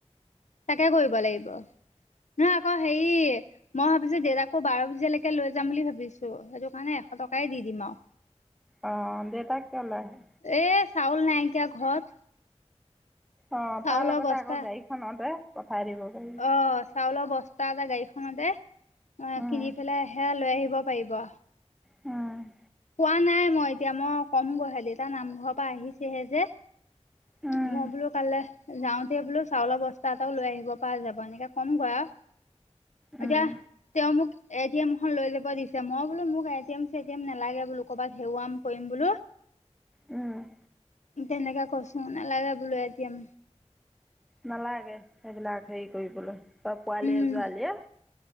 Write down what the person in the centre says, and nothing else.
অ', দেউতাক কিয়লাই আহে।
অ',
তাৰ লগতে
আকৌ গাড়ীখনতে পঠাই দিব পাৰি।
উম,
অ',
উম,
উম,
উম',
নালাগে। সেইবিলাক হেৰি কৰিবলৈ তই পোৱালি
যোৱালীয়ে